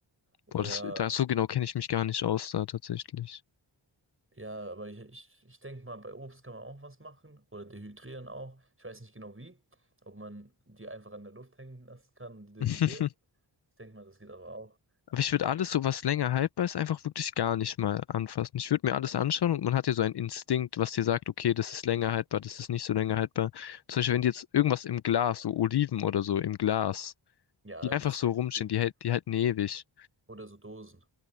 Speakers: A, on the right; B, on the left.
A: Oder
B: Boah, das, da so genau kenne ich mich gar nicht aus da tatsächlich.
A: Ja, aber ich, ich, ich denke mal, bei Obst kann man auch was machen oder dehydrieren auch. Ich weiß nicht genau wie, ob man die einfach an der Luft hängen lassen kann und die dehydrieren.
B: <laughs>
A: Ich denke mal, das geht aber auch.
B: Aber ich würde alles, so was länger haltbar ist, einfach wirklich gar nicht mal anfassen. Ich würde mir alles anschauen und man hat ja so einen Instinkt, was dir sagt, okay, das ist länger haltbar, das ist nicht so länger haltbar. Zum Beispiel, wenn die jetzt irgendwas im Glas, so Oliven oder so im Glas,
A: Ja,
B: die einfach
A: das
B: so
A: hält
B: rumstehen,
A: ewig.
B: die, hält- die halten ewig.
A: Oder so Dosen.